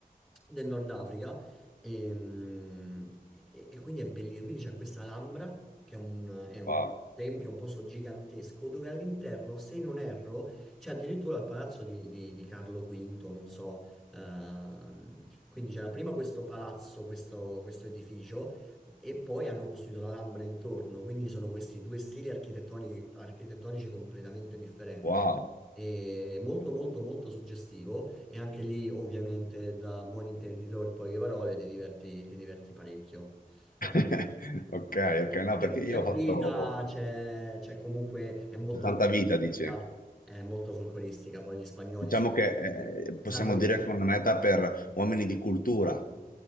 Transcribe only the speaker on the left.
Wow.
Wow.
<laughs>
Ok, ok, no,
perché io
ho
fatto
70
vita, dici.
Diciamo
che
eh, possiamo
dire che è una meta per uomini di cultura.